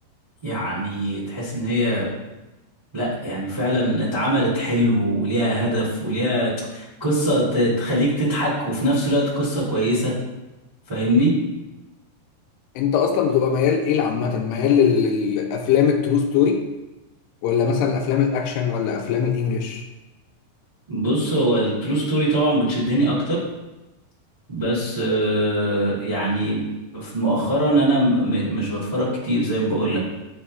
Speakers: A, on the right (about 25°); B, on the left (about 80°).
A: يعني تحس ان هي لا يعني فعلا اتعملت حلو وليها هدف وليها قصة ت- تخليك تضحك وفي نفس الوقت قصة كويسة فاهمني
B: انت اصلا بتبقى ميال ايه عامة ميال لل- للافلام الترو ستوري ولا مثلا افلام الاكشن ولا افلام الانجليش
A: بص هو الترو ستوري طبعا بتشدني اكتر بس آه، يعني في مؤخرا انا م- م- مش بتفرج كتير زي ما بقول لك